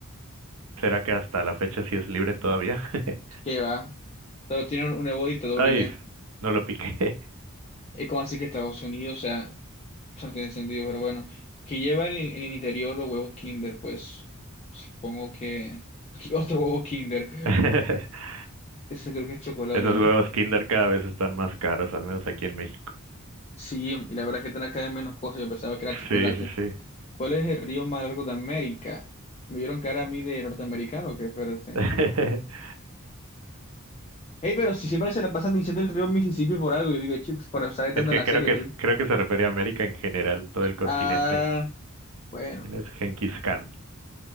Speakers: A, on the right; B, on the left.
A: ¿Será que hasta la fecha sí es libre todavía? <laughs>
B: ¿Qué va? Solo tienen un nuevo dictador
A: Ay,
B: y ya.
A: no lo piqué.
B: Es como así que Estados Unidos, o sea, eso no tiene sentido, pero bueno. Que lleva en el, en el interior los huevos Kinder, pues supongo que... <laughs> Aquí otro huevo Kinder.
A: <laughs>
B: Ese creo que es chocolate,
A: Esos
B: ¿no?
A: huevos Kinder cada vez están más caros, al menos aquí en México.
B: Sí, y la verdad que trae cada vez menos cosas, yo pensaba que era chocolate.
A: Sí, sí, sí.
B: ¿Cuál es el río más largo de América? Me vieron cara a mí de norteamericano, que espérate.
A: <laughs>
B: Hey, pero si siempre se la pasan diciendo el río Mississippi por algo, yo digo, chips, por estar tanto
A: Es que
B: en la
A: creo
B: serie,
A: que
B: hey.
A: creo que se refería a América en general, todo el continente.
B: Ah, bueno,
A: ¿Quién es Genghis Khan?